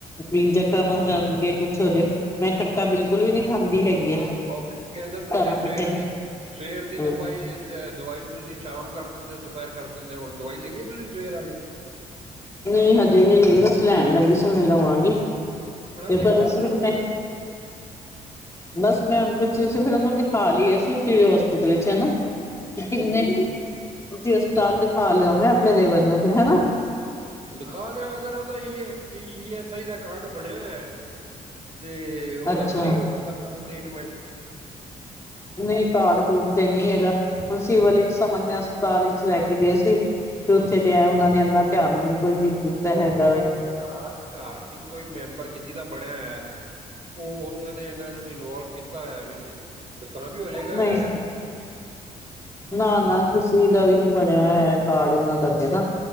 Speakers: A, on the left; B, on the right.
A: ਬੀ ਜ਼ਖ਼ਮ ਹੋ ਜਾਣਗੇ ਕੁੱਛ ਹੋ ਜਾਵੇ ਮੈਂ ਖੱਟਾ ਬਿਲਕੁਲ ਵੀ ਨਹੀਂ ਖਾਂਦੀ ਹੈਗੀ ਆ।
B: ਉਹ ਕਹਿੰਦੇ ਤੁਸੀਂ
A: ਸਾਰਾ
B: ਸਵੇਰ
A: ਮਿੱਠੇ
B: ਦੀ ਸਵੇਰ
A: ਹੂੰ
B: ਦੀ ਦੁਪਾਈ ਏ। ਦਵਾਈ ਤੁਸੀਂ ਸ਼ਾਮ ਕਰ ਦਿੰਦੇ ਹੋ, ਦੁਪਹਿਰ ਕਰ ਦਿੰਦੇ ਹੋ, ਹੁਣ ਦਵਾਈ ਲਈ ਏ ਤੁਸੀਂ ਸਵੇਰ ਵਾਲੀ।
A: ਨਹੀਂ ਹਜੇ ਨਹੀਂ ਲਈ ਬਸ ਲੈਣ ਲੱਗੀ ਸੀ। ਹੁਣ ਲਵਾਂਗੀ
B: ਆਪਣਾ
A: ਪੇ
B: ਦੇਖੋ
A: ਫਿਰ ਉਸ
B: ਨਾ ਤੁਸੀਂ
A: ਦਿਨ ਮੈਂ। ਬਸ ਮੈਂ ਹੁਣ ਪੁੱਛ ਤੁਸੀਂ ਫਿਰ ਉਹਨੂੰ ਦਿਖਾ ਲਈਏ ਅਸੀਂ ਫੇਰ ਹੋਸਪਿਟਲ ਵਿੱਚ ਹੈਨਾ ਕਿੰਨੇ ਤੁਸੀਂ ਹਸਪਤਾਲ ਦਿਖਾ ਲਓ ਨਾ ਆਪਣੇ ਦੇਵਰ ਨੂੰ ਫਿਰ ਹੈਨਾ।
B: ਦਿਖਾ ਲਿਆਂ ਅਗਰ ਉਹਦਾ ਈ E S I the card ਬਣਿਆ ਐ। ਤੇ ਉਹਦਾ
A: ਅੱਛਾ
B: ਫਰੀ ਹੋ ਜਾਣਾ ਸਾਰਾ ਟਰੀਟਮੈਂਟ।
A: ਨਹੀਂ ਕਾਰਡ-ਕੂਡ ਤੇ ਨਹੀਂ ਹੈਗਾ, ਹੁਣ ਸਿਵਲ ਵਿੱਚ ਸਮਾਨਯਾ ਹਸਪਤਾਲ ਵਿੱਚ ਲੈ ਕੇ ਗਏ ਸੀ। ਫੇਰ ਉੱਥੇ ਤੇ ਉਹਨਾ ਨੇ ਇੰਨਾ ਧਿਆਨ ਹੀ ਨੀ ਕੋਈ ਦਿੱਤਾ ਹੈਗਾ ਵੇ।
B: ਘਰ-ਘਰ ਚ ਕੋਈ ਮੈਂਬਰ ਜਿਹਦਾ ਬਣਿਆ ਹੋਇਆ ਐ। ਉਹ ਉਹਨਾਂ ਨੇ ਇਹਨਾਂ ਨੂੰ ਇਨਵੋਲਵ ਕੀਤਾ ਹੋਇਆ ਵਿੱਚ। ਤੇ ਤਾਂ ਵੀ ਹੋ ਜਾਏਗਾ
A: ਨਹੀਂ ਨਾ-ਨਾ ਕਿਸੇ ਦਾ ਵੀ ਬਣਿਆ ਹੋਇਆ ਕਾਰਡ ਉਹਨਾਂ ਦਾ ਤੇ ਨਾ